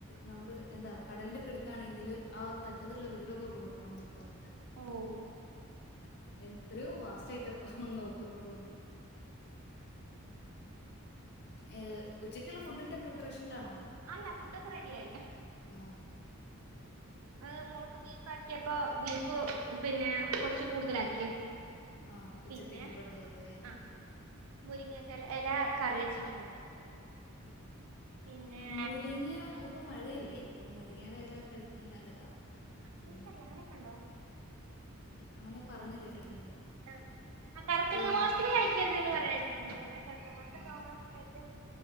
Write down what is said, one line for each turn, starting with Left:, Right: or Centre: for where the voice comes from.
Left: നമ്മുടെ എന്താ കടലിലൊക്കെ എടുത്താണെങ്കിൽ ആ തറ്റത്തുള്ള വീടൊക്കെ കൊടുക്കണം എന്നൊക്കെ പറഞ്ഞു
Right: ഓ
Left: എത്രയോ വസായിട്ടപ്പോ നോ ക്കുന്നതും ഏ ഉച്ചക്കുള്ള ഫുഡിന്റെ പ്രിപ്പറേഷനിലാണോ
Right: അല്ല ഫുഡൊക്കെ റെഡി ആയി
Left: ആഹ്
Right: അത് മോൾക്ക് ബീപ്പ ആക്കിയപ്പൊ വീപ്പ് പിന്നെ കൊറച്ച് കൂടുതലാക്കിയ
Left: ആ ഉച്ചത്തേക്കും
Right: പിന്നെ
Left: കൂടെ ഉള്ളതല്ലേ
Right: ആ മുരിങ്ങക്ക എല കറി വെച്ചിട്ട് പിന്നെ
Left: ആ മുരിങ്ങിയ ഇപ്പൊ മഴയില്ലേ ഇപ്പൊ മുരിങ്ങയുടെ ഇല കഴിക്ക നല്ലതാ
Right: വിനസരില്ല
Left: ഇനി
Right: അങ്ങനെയൊക്കെ ഉണ്ടോ
Left: അങ്ങനെ പറഞ്ഞ് കേട്ടിട്ട്
Right: ആ ആ കർക്കിട
Left: കഴിഞ്ഞാല്
Right: മാസത്തില് കഴക്കരുത് എന്ന് പറയണേട്ടിട്ടുണ്ട് <unintelligible>
Left: ആ
Right: സമയത്ത്